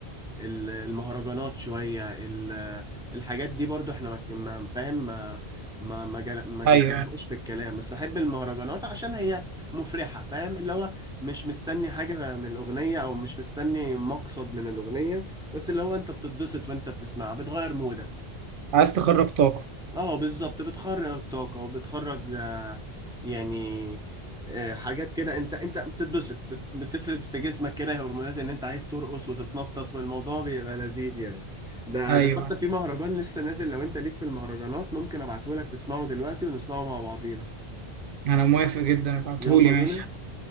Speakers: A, in the centre; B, on the right.
A: ال- المهرجانات شوية ال- الحاجات دي برضو احنا ما ك- ما- فاهم ما ما ما جل- ما جبناهوش
B: ايوه
A: في الكلام بس احب المهرجانات عشان هي مفرحة فاهم اللي هو مش مستني حاجة من الأغنية او مش مستني مقصد من الأغنية بس اللي هو انت بتتبسط وانت بتسمعها بتغير مودك
B: عايز تخرج طاقه
A: اه بالظبط بتخرج طاقة وبتخرج آه، يعني آه، حاجات كده انت انت بتتبسط بت- بتفرز في جسمك كده هرمونات ان انت عايز ترقص وتتنطط والموضوع بيبقى لذيذ يعني ده
B: ايوه
A: ده حتى في مهرجان لسه نازل لو انت ليك في المهرجانات ممكن ابعتهولك تسمعه دلوقتي ونسمعه مع بعضينا
B: انا موافق جدا ابعتهولي
A: يلا
B: ماشي
A: بينا